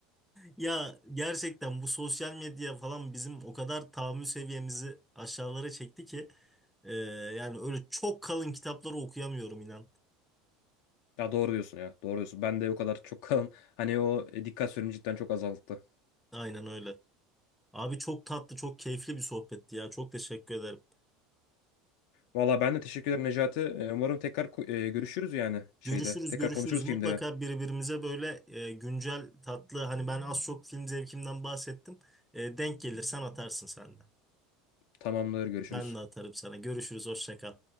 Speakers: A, in the centre; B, on the left.
A: Ya gerçekten bu sosyal medya falan bizim o kadar tahammül seviyemizi aşağılara çekti ki e, yani öyle çok kalın kitapları okuyamıyorum inan.
B: Ya doğru diyorsun ya. Doğru diyorsun. Ben de o kadar çok kalan hani o e, dikkat süremi cidden çok azalttı.
A: Aynen öyle. Abi çok tatlı, çok keyifli bir sohbetti ya. Çok teşekkür ederim.
B: Valla ben de teşekkür ederim Necati. E, umarım tekrar ku- e, görüşürüz yani şeyde.
A: Görüşürüz,
B: Tekrar
A: görüşürüz.
B: konuşuruz
A: Mutlaka
B: filmlere.
A: birbirimize böyle e, güncel, tatlı hani ben az çok film zevkimden bahsettim. E, denk gelirsen atarsın sen de.
B: Tamamdır görüşürüz.
A: Ben de atarım sana. Görüşürüz, hoşça kal.